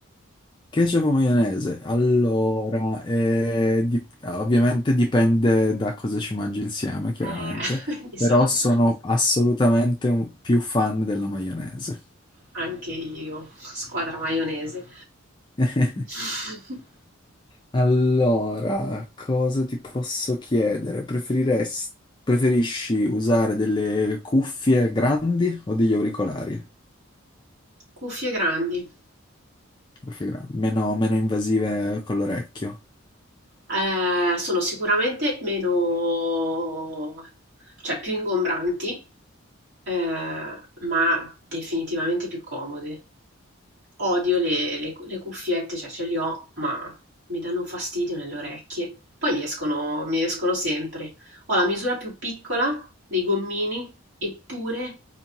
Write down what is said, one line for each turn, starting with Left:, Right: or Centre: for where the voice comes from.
Left: Ketchup o maionese? Allora, eh, di- ovviamente dipende da cosa ci mangi insieme, chiaramente,
Right: Eh, <laughs> mi
Left: però
Right: sono
Left: sono assolutamente un- più fan della maionese.
Right: anche io, squadra maionese.
Left: <laughs>
Right: <laughs>
Left: Allora, cosa ti posso chiedere? Preferiresti, preferisci usare delle cuffie grandi o degli auricolari?
Right: Cuffie grandi.
Left: Cuffie grandi, meno, meno invasive con l'orecchio.
Right: Ehm, sono sicuramente meno cioè più ingombranti, ehm, ma definitivamente più comode. Odio le, le cu- le cuffiette, cioè ce le ho, ma mi danno un fastidio nelle orecchie. Poi mi escono, mi escono sempre. Ho la misura più piccola dei gommini, eppure